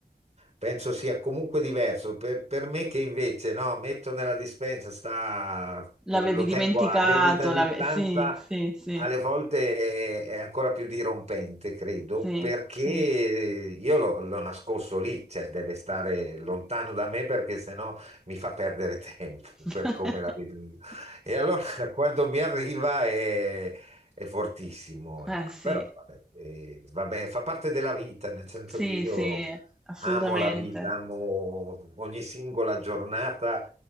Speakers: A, on the right; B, in the centre.
A: penso sia comunque diverso. Per, per me che invece, no, metto nella dispensa, sta,
B: L'avevi
A: lo
B: dimenticato,
A: tengo a debita distanza,
B: l'ave- sì, sì, sì,
A: alle volte è, è ancora più dirompente, credo,
B: sì,
A: perché
B: sì.
A: io l'ho l'ho nascosto lì, cioè deve stare lontano da me perché sennò mi fa perdere <laughs> tempo
B: <laughs>
A: per come la vedo io. E allora <laughs> cioè, quando mi arriva è, è fortissimo,
B: Eh
A: ecco.
B: sì,
A: Però vabbè, eh, vabbè, fa parte della vita, nel senso
B: sì,
A: che io
B: sì, assolutamente.
A: Amo la vita, amo ogni singola giornata.